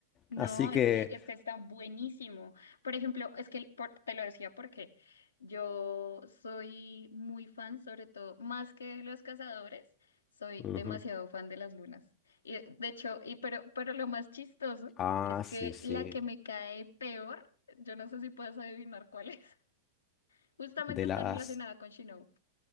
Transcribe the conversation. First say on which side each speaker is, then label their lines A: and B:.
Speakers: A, on the left (about 70°); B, on the left (about 30°).
A: No,
B: así que...
A: es que, es que está buenísimo. Por ejemplo, es que por- te lo decía porque yo soy muy fan, sobre todo, más que de los cazadores, soy
B: ujú.
A: demasiado fan de las lunas. Y de de hecho, y pero, pero lo más chistoso
B: Ah,
A: es que
B: sí, sí.
A: la que me cae peor, yo no sé si puedes adivinar cuál es. <laughs> Justamente
B: De
A: está
B: las...
A: relacionada con Shinobu.